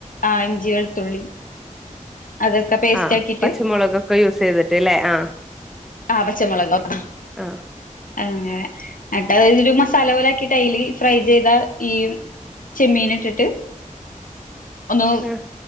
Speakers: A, on the left; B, in the centre.
A: ആഹ് ഇഞ്ചി വെളുത്തുള്ളി അതൊക്കെ പേസ്റ്റ്
B: ആഹ്
A: ആക്കിട്ട്
B: പച്ചമുളക് ഒക്കെ യൂസ് ചെയ്തിട്ട് ല്ലേ ആഹ്
A: ആഹ് പച്ചമുളക് ആഹ്
B: ആഹ്
A: അങ്ങനെ ന്നട്ട് അവര് ഒര് മസാല പോലെ ആക്കിട്ട് അയില് ഫ്രൈ ചെയ്താ ഈ ചെമ്മീൻ ഇട്ടിട്ട് ഒന്നു
B: ആഹ്